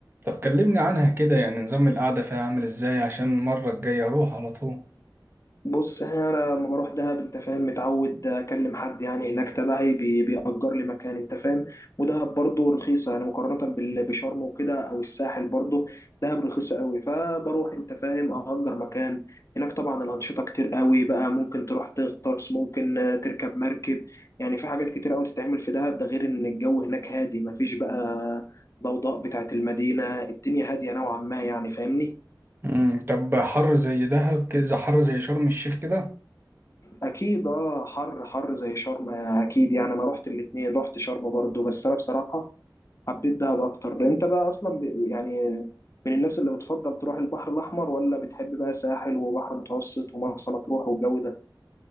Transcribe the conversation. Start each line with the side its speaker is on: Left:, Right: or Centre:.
Right: طب كلمني عنها كده يعني نظام القعده فيها عامل ازاي عشان المره الجايه اروح على طول
Left: بص يعني انا لما بروح دهب انت فاهم متعود اكلم حد يعني هناك تبعي بي- بيأجر لي مكان انت فاهم ودهب برضه رخيصه يعني مقارنه بال- بشرم وكده او الساحل برضه دهب رخيصه قوي فبروح انت فاهم اأجر مكان هناك طبعا الانشطه كتير قوي بقى ممكن تروح تغطس ممكن آه، تركب مركب يعني في حاجات كتير قوي تتعمل في دهب ده غير ان الجو هناك هادي مفيش بقى ضوضاء بتاعت المدينه الدنيا هاديه نوعا ما يعني فاهمني
Right: امم طب حر زي دهب كده حر زي شرم الشيخ كده
Left: اكيد اه حر حر زي شرم اكيد يعني انا رحت الاتنين رحت شرم برضو بس انا بصراحة حبيت دهب اكتر انت بقى اصلا ب... يعني من الناس اللي بتفضل تروح البحر الاحمر ولا بتحب بقى ساحل وبحر متوسط ومرسى مطروح والجو ده